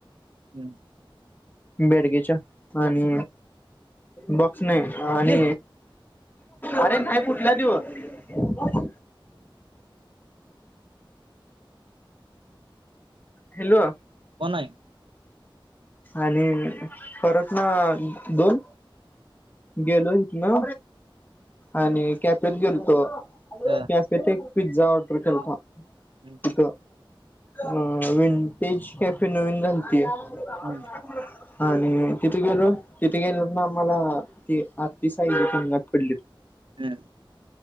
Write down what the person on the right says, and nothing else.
हम्म.
कोन आहे
हा
हम्म
हम
हम्.